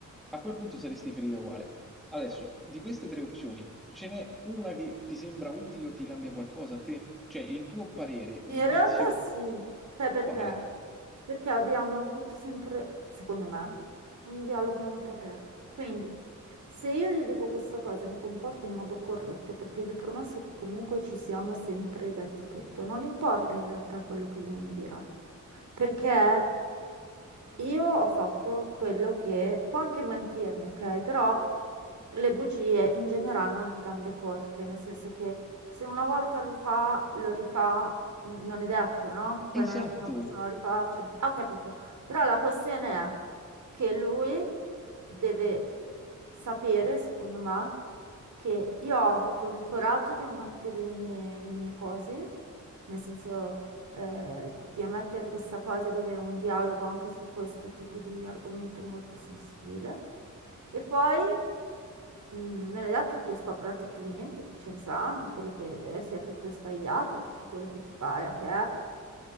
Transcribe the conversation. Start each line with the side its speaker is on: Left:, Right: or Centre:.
Centre: A quel punto saresti ferito uguale. Adesso, di queste tre opzioni, ce n'è una che ti sembra utile o ti cambia qualcosa a te? Cioè, il tuo parere, giudizio,
Right: In realtà sì, sai
Centre: è
Right: perché?
Centre: quale?
Right: Perché abbiamo avuto sempre, secondo me, un dialogo molto aperto. Quindi, se io gli dico questa cosa, mi comporto in modo corretto, perché gli ho promesso che comunque ci siamo sempre detti tutto. Non importa in realtà quello che lui mi dirà, perché io ho fatto quello che può anche mentirmi, ok? Però le bugie in generale hanno le gambe corte, nel senso che se una volta lo fa, lo rifà, n- non è detto, no? Poi
Centre: Esatto!
Right: non è detto che una persona lo rifaccia. Ah, Ho capito. Però la questione è che lui deve sapere, secondo me, che io ho avuto il coraggio di ammettere le mie, le mie cose, nel senso eh, di ammettere questa cosa e di avere un dialogo anche su questo tipo di argomento molto sensibile. E poi mh, non è dato che io scopra altri tradimenti che ce ne saranno, oppure che eh, sia tutto sbagliato, tutto quello che ti pare a te,